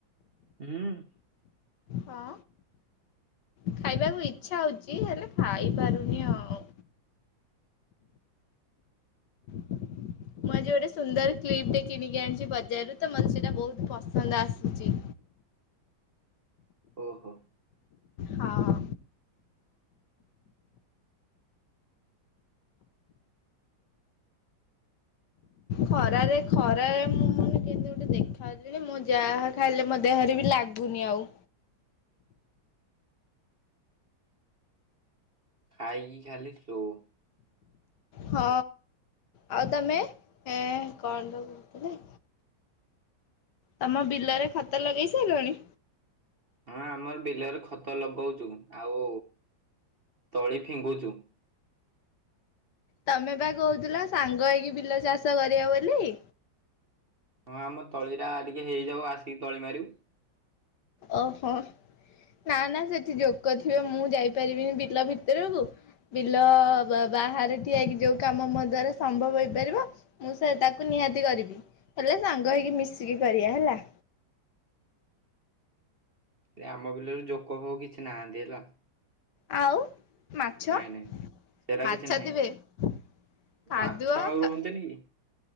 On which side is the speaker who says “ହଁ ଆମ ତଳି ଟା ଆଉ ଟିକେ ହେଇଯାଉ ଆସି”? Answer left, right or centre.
Right